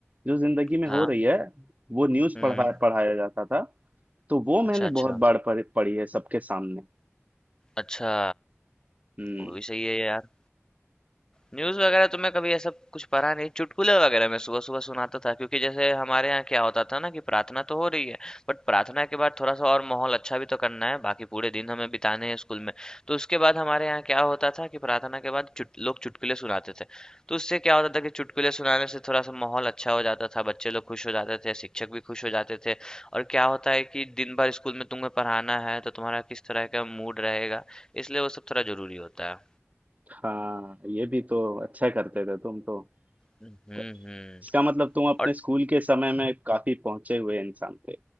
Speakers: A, on the right; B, on the left.
A: जो जिंदगी में
B: हाँ
A: हो रही है वो न्यूज़
B: हम्म
A: पढ़ा पढ़ाया जाता था तो वो मैंने
B: अच्छा अच्छा
A: बहुत बार पढ़- पढ़ी है सबके सामने
B: अच्छा
A: हम्म
B: वो भी सही है यार न्यूज़ वगैरह तो मैं कभी ऐसा कुछ पढ़ा नहीं चुटकुले वगैरह मैं सुबह-सुबह सुनाता था क्योंकि जैसे हमारे यहाँ क्या होता था ना कि प्रार्थना तो हो रही है बट प्रार्थना के बाद थोड़ा-सा और माहौल अच्छा भी तो करना है बाकी पूरे दिन हमें बिताने हैं स्कूल में तो उसके बाद हमारे यहाँ क्या होता था कि प्रार्थना के बाद चुट लोग चुटकुले सुनाते थे तो उससे क्या होता था कि चुटकुले सुनाने से थोड़ा-सा माहौल अच्छा हो जाता था बच्चे लोग खुश हो जाते थे शिक्षक भी खुश हो जाते थे और क्या होता है कि दिन भर स्कूल में तुम्हें पढ़ाना है तो तुम्हारा किस तरह का मूड रहेगा इसलिए वो सब थोड़ा ज़रूरी होता है।
A: हाँ ये भी तो अच्छा करते थे तुम तो
B: हुँ, हुँ।
A: त- इसका मतलब तुम अपने
B: और
A: स्कूल के समय में काफी पहुंचे हुए इंसान थे